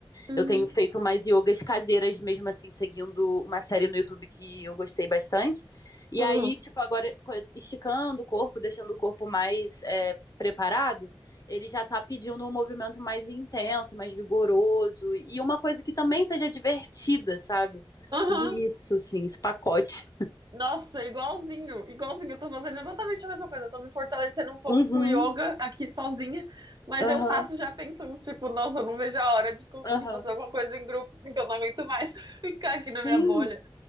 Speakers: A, on the right (about 50°); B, on the left (about 40°).
A: uhum,
B: Eu tenho feito mais yogas caseiras, mesmo assim, seguindo uma série no YouTube que eu gostei bastante. E
A: aham,
B: aí, tipo, agora esticando o corpo, deixando o corpo mais é, preparado, ele já tá pedindo um movimento mais intenso, mais vigoroso. E uma coisa que também seja divertida, sabe?
A: aham,
B: Tudo isso, assim, esse pacote.
A: Nossa, igualzinho, igualzinho. Eu tô fazendo exatamente a mesma coisa. Eu tô me fortalecendo um pouco
B: Uhum,
A: com o yoga aqui sozinha, mas
B: aham,
A: eu faço já pensando, tipo, nossa, eu não vejo a hora de conseguir
B: aham.
A: fazer alguma coisa em grupo, porque eu não aguento mais <laughs> ficar aqui
B: Sim.
A: na minha bolha.